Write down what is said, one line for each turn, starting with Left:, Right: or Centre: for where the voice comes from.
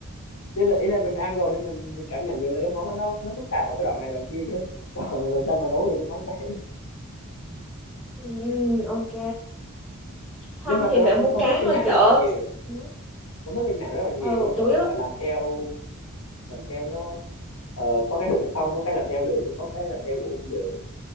Left: Chứ- là ý là mình ăn rồi nên mình, mình cảm nhận được là cái món đó nó nó phức tạp ở cái đoạn này đoạn kia chứ còn làm sao mình nấu được cái món đấy
Centre: ừ, Ok Không
Left: nhưng mà
Centre: thì
Left: thật
Centre: bạn
Left: ra công
Centre: mua
Left: công
Centre: cá
Left: thức trên
Centre: ngoài
Left: mạng
Centre: chợ
Left: rất là nhiều
Centre: Ừ
Left: công thức trên mạng rất là nhiều
Centre: ừ,
Left: quan trọng
Centre: chủ yếu
Left: là làm theo làm theo nó ờ, có cái được cái không có cái làm theo được nhưng có cái làm theo cũng không được